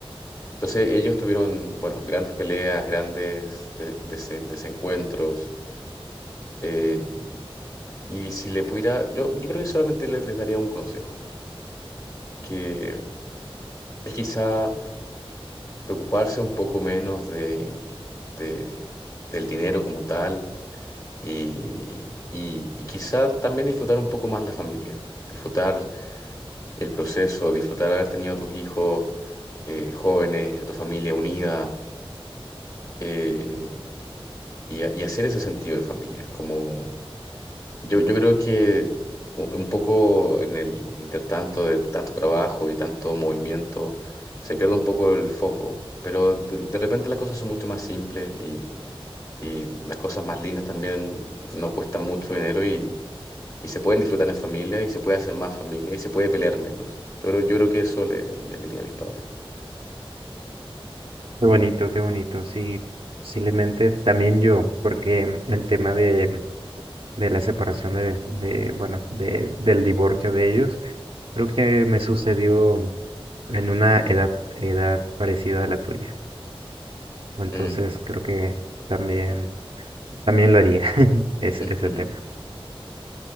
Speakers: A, on the left (about 35°); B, on the right (about 65°).
A: Entonces ellos tuvieron, bueno, grandes peleas, grandes de- dese- desencuentros. Eh, y si le pudiera, yo, yo creo que solamente le- les daría un consejo, que es quizá preocuparse un poco menos de, de- del dinero como tal y, y y quizá también disfrutar un poco más la familia. Disfrutar el proceso, disfrutar haber tenido a tus hijos eh, jóvenes, a tu familia unida eh, y, a- y hacer ese sentido de familia. Como yo, yo creo que u- un poco en el intertanto de tanto trabajo y tanto movimiento se pierde un poco el foco, pero de, de repente las cosas son mucho más simples y las cosas más lindas también no cuestan mucho dinero y, y se pueden disfrutar en familia y se puede hacer más familia y se puede pelear menos. Yo creo, yo creo que eso le- les diría a mis padres.
B: Qué bonito, qué bonito. Sí, posiblemente también yo, porque mm, el tema de, de la separación de, de, bueno, de, del divorcio de ellos, creo que me sucedió en una edad, edad parecida a la tuya. Entonces
A: Mm.
B: creo que también, también lo haría, <laughs> es,
A: <laughs>
B: ese tema.